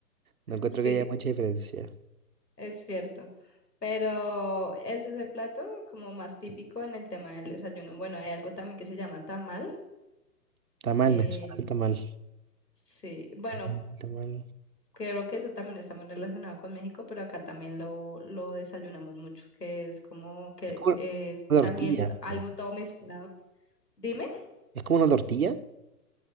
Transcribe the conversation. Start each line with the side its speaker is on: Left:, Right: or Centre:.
Right: no encuentro
Left: Sí,
Right: que haya mucha diferencia.
Left: es cierto. Pero ese es el plato como más típico en el tema del desayuno. Bueno, hay algo también que se llama tamal.
Right: Está mal,
Left: eh,
Right: me suena el tamal.
Left: sí, bueno,
Right: Tamal, tamal.
Left: Creo que eso también está muy relacionado con México, pero acá también lo, lo desayunamos mucho, que es como que
Right: Es como
Left: es
Right: una
Left: también
Right: tortilla,
Left: t- algo
Right: ¿o no?
Left: todo mezclado. Dime,
Right: ¿Es como una tortilla?